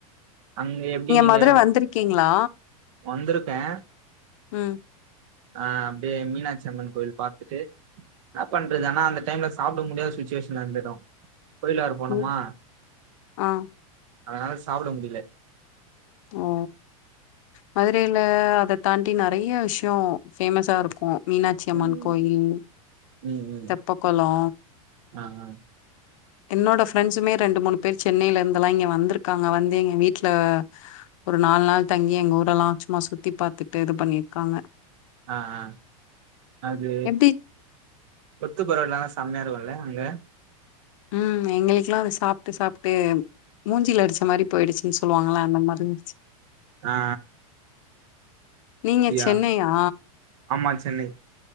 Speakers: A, on the right; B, on the left.
A: அங்க எப்டி நீங்க
B: மதுர வந்திருக்கீங்களா?
A: வந்துருக்கே
B: ம்
A: ஆஹ் அப்டியே மீனாட்சி அம்மன் கோயில் பாத்துட்டு என்ன பண்றது ஆனா அந்த டைம்ல சாப்ட முடியாத சுச்சுவேஷன் வந்துடு கோயிலறு போனுமா
B: ம். ஆ
A: அதனால சாப்ட முடில
B: ஓ மதுரைல அத தாண்டி நறைய விஷ்யோ பேஃபேமஸா இருக்கு மீனாட்சி அம்மன்
A: ம்
B: கோயில்
A: ம் ம்.
B: தப்பக்கொளோ
A: ஆ ஆ
B: என்னோட ஃப்ரெண்ட்சுமே ரெண்டு மூணு பேர் சென்னைலிருந்தல்லா இங்க வந்திருக்காங்க வந்து எங்க வீட்ல ஒரு நாலு நாள் தங்கி எங்க ஊரல்லா சச்சும்மா சுத்தி பாத்துட்டு இது பண்ணிருக்காங்க
A: ஆஹ் ஆஹ் அது
B: எப்டி
A: கொத்து பரோட்டா சம்மையா இருக்குல அங்க
B: ம் எங்களுக்லா அது சாப்ட்டு சாப்ட்டு மூஞ்சில அடிச்ச மாரி போயிடுச் அப்டி சொல்லுவாங்கல்ல அந்த மாரி இருந்ச்சு
A: ஆ
B: நீங்க
A: அப்டியா
B: சென்னையா
A: ஆமா சென்னை